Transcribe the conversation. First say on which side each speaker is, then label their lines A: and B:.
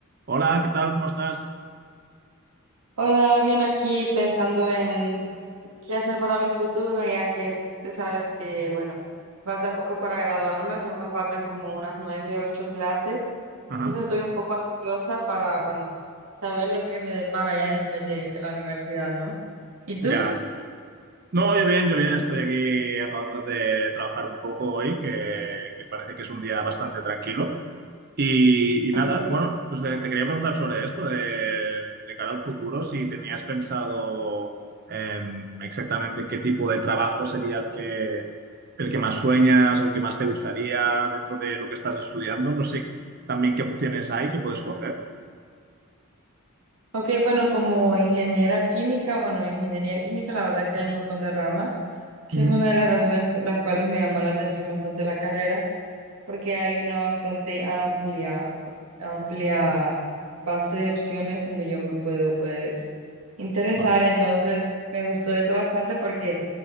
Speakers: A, on the right; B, on the right.
A: Hola, ¿qué tal? ¿Cómo estás?
B: Hola, bien aquí pensando en qué hacer para mi futuro, ya que tú sabes que, bueno, me falta poco para graduarme, solo me faltan como unas nueve, ocho clases.
A: Ajá,
B: Entonces estoy un poco ansiosa para, bueno, saber lo que me depara ya después de, de la universidad, ¿no? ¿Y tú?
A: ya, ya, ya. No, yo bien, yo bien, estoy aquí acabando de trabajar un poco hoy, que, que parece que es un día bastante tranquilo. Y, y nada,
B: Okay.
A: bueno, pues te, te quería preguntar sobre esto, de, de cara al futuro, si tenías pensado em, exactamente qué tipo de trabajo sería el que, el que más sueñas, el que más te gustaría dentro de lo que estás estudiando. No sé también qué opciones hay que puedes coger.
B: Ok, bueno, como ingeniera química, bueno, ingeniería química, la verdad que hay un montón de ramas, que
A: Ujú.
B: es una de las razones por las cuales me llamó la atención bastante la carrera porque hay una bastante amplia, amplia base de opciones donde yo me puedo pues interesar.
A: Vale,
B: Entonces me gustó eso bastante porque